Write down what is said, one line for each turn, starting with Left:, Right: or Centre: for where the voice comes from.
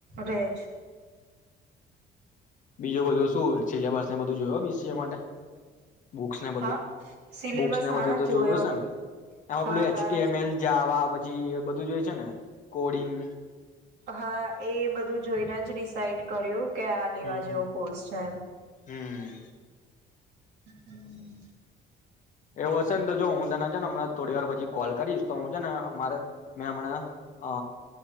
Right: રેજ
Left: બીજું બધું શું સિલેબસ ને બધું જોયયો બીસી માટે. બુક્સને બધું
Right: હા સિલેબસ
Left: બુક્સને
Right: હા
Left: બધું તો
Right: જોયો
Left: જોયું હશે ને એમાં
Right: હા
Left: પલું એચમલ
Right: હા
Left: પછી બધું જોય છે ને કોડિંગ
Right: હા એ બધું જોઈને જ ડિસાઈડ કર્યું કયા લેવા
Left: હમ
Right: જેવો કોર્સ છે એમ
Left: હમ
Right: હમ
Left: એવું હશે ને તો જો હું તને છે ને હમણાં થોડી વાર પછી કોલ કરીશ તો હું છે ને અમારે મેં હમણા અ